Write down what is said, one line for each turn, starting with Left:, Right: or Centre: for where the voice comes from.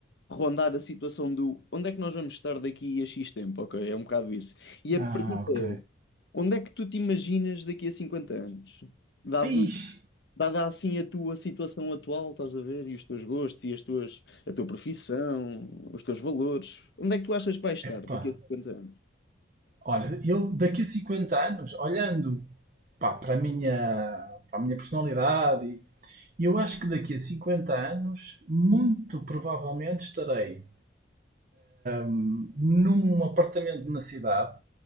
Left: rondar a situação do onde é que nós vamos estar daqui a X tempo, ok? É um bocado isso. E a
Right: Ah,
Left: premissa
Right: ok.
Left: é, onde é que tu te imaginas daqui a 50 anos? Dado
Right: Ixi,
Left: dada assim a tua situação atual, estás a ver, e os teus gostos e as tuas, a tua profissão, os teus valores, onde é que tu achas que vais estar
Right: epá.
Left: daqui a cinquenta anos?
Right: Olha, eu daqui a 50 anos, olhando pá, para a minha, para a minha personalidade, e- eu acho que daqui a 50 anos, muito provavelmente estarei hum, num apartamento na cidade